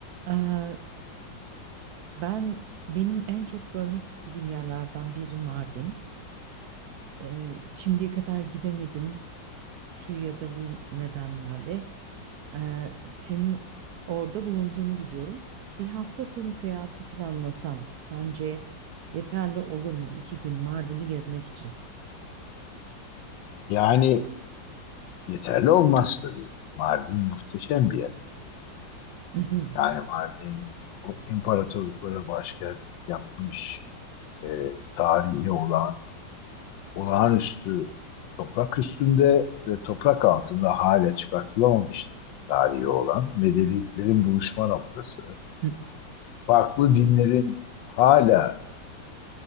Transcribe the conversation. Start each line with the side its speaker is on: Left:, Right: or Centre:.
Right: Eee, ben benim en çok görmek istediğim yerlerden biri Mardin. Eee, şimdiye kadar gidemedim şu ya da bu nedenlerle. Eee, senin orada bulunduğunu biliyorum. Bir hafta sonu seyahati planlasam sence yeterli olur mu? İki gün Mardin'i gezmek için.
Left: Yani yeterli olmaz tabii. Mardin muhteşem bir yer.
Right: <laughs> Hı
Left: Yani Mardin o imparatorluklara başkent yapmış e, tarihi olan olağanüstü toprak üstünde ve toprak altında hala çıkartılamamış bir tarihi olan medeniyetlerin buluşma noktası.
Right: hı,
Left: Farklı dinlerin hala